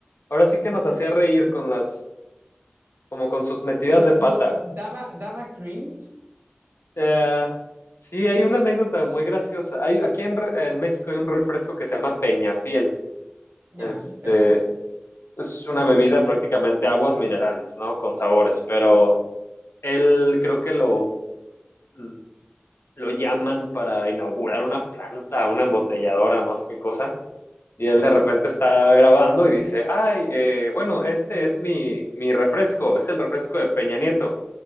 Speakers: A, on the left (about 85°); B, on the right (about 70°).
A: ahora sí que nos hacía reír con las, como con sus metidas
B: Pero
A: de pata,
B: no, daba, daba cringe.
A: Eh, sí, hay una anécdota muy graciosa. Hay, aquí en, Re- en México hay un refresco que se llama Peñafiel.
B: Ya,
A: Este,
B: perfecto.
A: es una bebida prácticamente aguas minerales, ¿no? Con sabores, pero él creo que lo, mm, lo llaman para inaugurar una planta, una embotelladora, no sé qué cosa. Y
B: Ya.
A: él de repente está grabando y dice, ay, eh, bueno, este es mi, mi refresco, es el refresco de Peña Nieto,